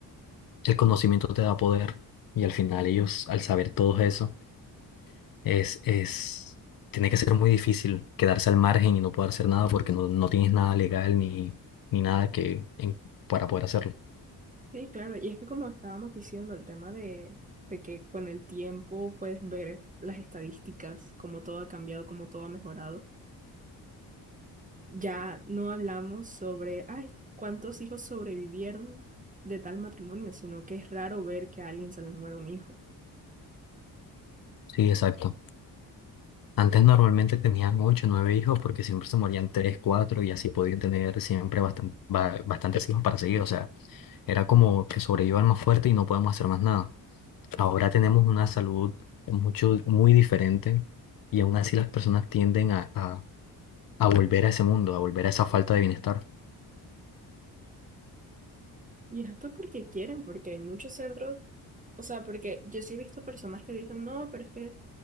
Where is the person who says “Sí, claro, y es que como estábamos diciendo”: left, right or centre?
Right